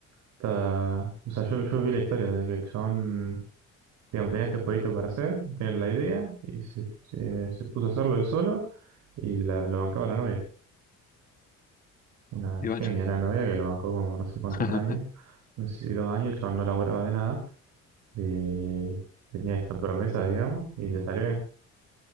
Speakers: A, on the right; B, on the left.
A: Está... O sea, yo, yo vi la historia de que el chabón... Digamos, tenía este jueguito para hacer, tenía la idea y se, se- se puso a hacerlo él solo y la, lo bancaba la novia. Una
B: Y bueno,
A: genia la novia que lo bancó como no sé cuántos
B: <laughs>
A: años, no sé si dos años, el chabón no laburaba de nada. eh, tenía esta promesa, digamos, y le salió bien,